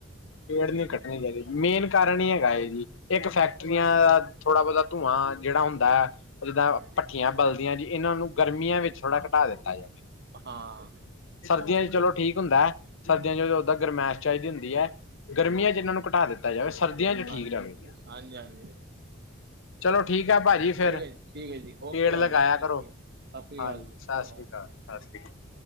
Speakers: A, on the left; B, on the right.
A: ਪੇੜ
B: ਸਹੀ
A: ਨੀ ਕਟਨੇ
B: ਗੱਲ ਹੈ
A: ਚਾਈਦੇ। ਮੇਨ ਕਾਰਨ
B: ਹਾਂ
A: ਈ ਹੈਗਾ ਏ ਜੀ। ਇੱਕ ਫੈਕਟਰੀਆਂ ਦਾ ਥੋੜਾ ਬੋਤਾ ਧੂੰਆਂ ਜੇੜਾ ਹੁੰਦਾ ਐ ਜਿੱਦਾਂ
B: ਹਾਂ
A: ਭੱਠੀਆਂ ਬਲਦੀਆਂ ਜੀ ਏਨਾਂ ਨੂੰ ਗਰਮੀਆਂ ਵਿੱਚ ਥੋੜਾ ਘਟਾ ਦਿੱਤਾ ਜਾਵੇ
B: ਹਾਂ।
A: ਸਰਦੀਆਂ 'ਚ ਚਲੋ ਠੀਕ ਹੁੰਦਾ ਐ। ਸਰਦੀਆਂ ਇੱਚ ਔਦਾਂ ਗਰਮੈਸ਼ ਚਾਈਦੀ ਹੁੰਦੀ ਐ। ਗਰਮੀਆਂ ਇੱਚ ਏਨਾਂ ਨੂੰ ਘਟਾ ਦਿੱਤਾ ਜਾਵੇ। ਸਰਦੀਆਂ ਚ
B: ਹਾਂਜੀ,
A: ਠੀਕ ਰਹੇ
B: ਹਾਂਜੀ-ਹਾਂਜੀ।
A: ਚਲੋ ਠੀਕ ਹੈ ਭਾਜੀ ਫੇਰ
B: ਠੀਕ ਐ ਜੀ, ਠੀਕ ਐ ਜੀ। ਔਕੇ
A: ਪੇੜ
B: ਪਾ
A: ਲਗਾਇਆ
B: ਜੀ।
A: ਕਰੋ
B: ਔਕੇ। ਸਸ ਸ੍ਰੀ
A: ਹਾਂਜੀ
B: ਕਾਲ ਜੀ।
A: ਸਤਿ ਸ੍ਰੀ ਅਕਾਲ ਸਤਿ ਸ੍ਰੀ ਅਕਾਲ